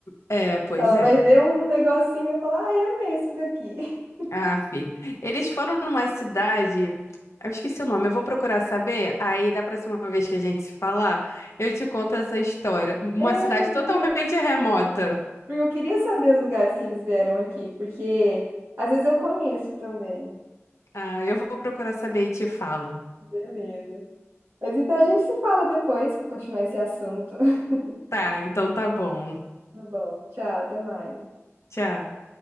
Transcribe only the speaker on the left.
É, pois
é.
Ah, filho. Eles foram numa cidade. Eu esqueci o nome, eu vou procurar saber. Aí, da próxima vez que a gente se falar, eu te conto essa história. Uma
cidade totalmente
remota.
Ah, eu vou procurar saber e te falo.
Tá, então tá bom.
Tchau.